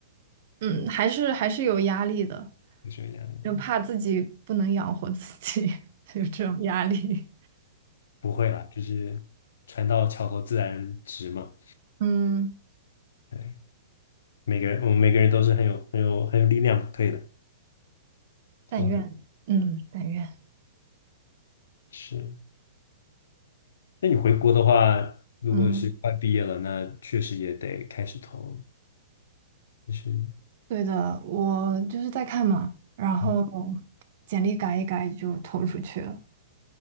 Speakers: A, on the right (about 55°); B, on the left (about 70°).
A: 嗯，还是还是有压力的，
B: 你说压力
A: 就怕自己不能养活自己，<laughs> 有这种压力。
B: 不会啦，就是船到桥头自然直嘛。
A: 嗯，
B: 对，每个人我们每个人都是很有很有很有力量，可以的，
A: 但愿，
B: 做的
A: 嗯，但愿，
B: 是。那你回国的话，如果是快毕业了，
A: 嗯，
B: 那确实也得开始投。就是
A: 对的，我就是在看嘛，然后
B: 嗯
A: 简历改一改就投出去了。